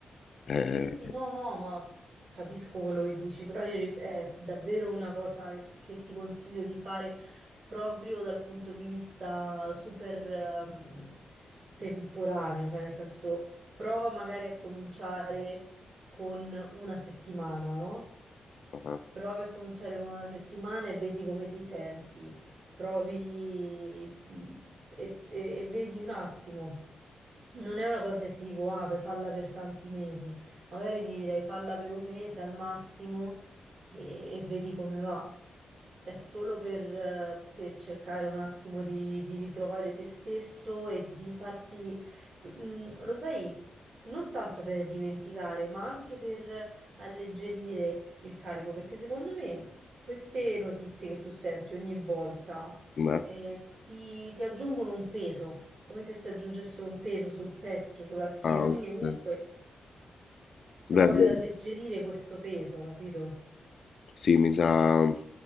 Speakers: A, on the left; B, on the right.
A: Eh,
B: Sì, sì, no, no, ma capisco quello che dici, però io ri- è davvero una cosa che, s- che ti consiglio di fare proprio dal punto di vista super ehm, temporaneo, cioè nel senso prova magari a cominciare con una settimana, no?
A: ah,
B: Provi a cominciare con una settimana e vedi come ti senti. Provi mh, e, e- e vedi un attimo. Non è una cosa che ti dico, ah, per falla per tanti mesi. Magari ti direi falla per un mese al massimo e, e vedi come va. È solo per, eh, per cercare un attimo di, di ritrovare te stesso e di farti, mm, lo sai, non tanto per dimenticare, ma anche per alleggerire il carico, perché secondo me queste notizie che tu senti ogni volta,
A: ma-
B: eh, ti, ti aggiungono un peso, come se ti aggiungessero un peso sul petto, sulla schiena,
A: ah,
B: quindi
A: ok.
B: comunque provi
A: Beh, beh,
B: ad alleggerire questo peso, capito?
A: sì, mi sa,